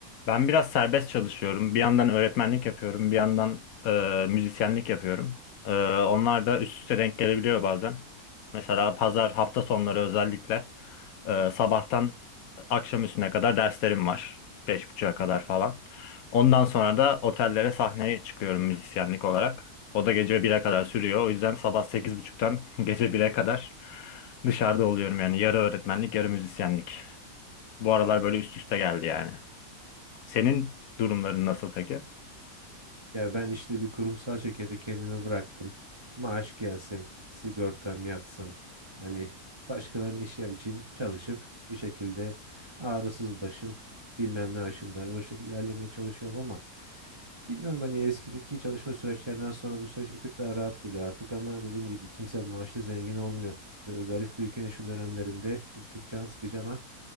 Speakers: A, on the left; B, on the right.
A: Ben biraz serbest çalışıyorum. Bir yandan öğretmenlik yapıyorum, bir yandan e, müzisyenlik yapıyorum. E, onlar da üst üste denk gelebiliyor bazen. Mesela pazar, hafta sonları özellikle e, sabahtan akşam üstüne kadar derslerim var. Beş buçuğa kadar falan. Ondan sonra da otellere sahneye çıkıyorum müzisyenlik olarak. O da gece 1'e kadar sürüyor. O yüzden sabah sekiz buçuktan <laughs> gece 1'e kadar dışarıda oluyorum yani. Yarı öğretmenlik, yarı müzisyenlik. Bu aralar böyle üst üste geldi yani. Senin durumların nasıl peki?
B: Ya ben işte bir kurumsal şirkete kendimi bıraktım. Maaş gelsin, sigortam yatsın. Hani başkalarının işi için çalışıp bir şekilde ağrısız başım, bilmem ne aşım der. O şekilde ilerlemeye çalışıyorum ama bilmiyorum hani eskideki çalışma süreçlerinden sonra bu süreç bir tık daha rahat geliyor artık ama dediğim gibi kimse maaşlı zengin olmuyor. Ve özellikle ülkenin şu dönemlerinde bir tık can sıkıcı ama